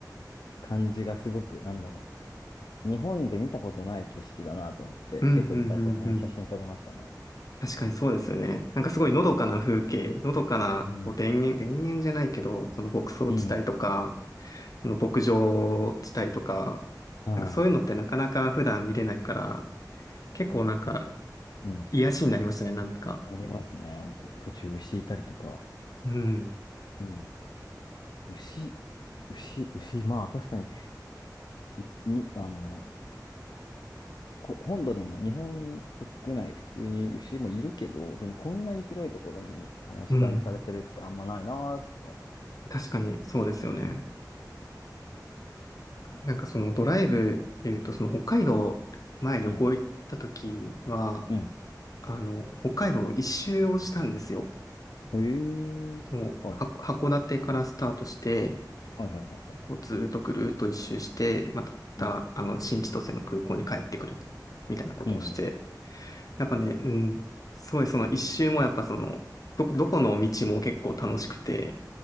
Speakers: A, on the left; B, on the left.
A: 感じがすごく、なんだろう、日本で見たことない景色だなと思って、
B: うんうんうんうん。
A: 結構いっぱいその辺写真撮りましたね。
B: 確かにそうですよね。なんかすごいのどかな風景、のどかなこう田園、
A: うん。
B: 田園じゃないけど、その牧草地帯とか、
A: うん。
B: その牧場地帯とか、
A: は
B: なんかそういうのってなかなか普段見れないから、
A: い。ね
B: 結構なんか
A: 結構そっち。うん。
B: 癒しになりましたね、なんとか。
A: ありますね、ほんと。途中牛いたりとか。
B: うん。
A: うん。牛、牛、牛、まあ確かに、い、に、あの、こ、本土でも日本国内普通に牛もいるけど、でもこんなに広いところに放し飼いにされてるってあんまないなとか思いなが
B: うん。確かにそうですよね。
A: ら。うん。
B: なんかそのドライブっていうと、その北海道前旅行行った時は、
A: うん。うん。
B: あの、北海道一周をしたんですよ。
A: ええーはいはいは
B: その、は函館からスタートして、
A: い。はいはいはいはい。
B: こうずーっとぐるーっと一周して、また、
A: うん。
B: あの、新千歳の空港に帰ってくるみたいなことをして、
A: うんうん
B: やっぱね、うん、すごいその一周もやっぱその、どこ、どこの道も結構楽しくて、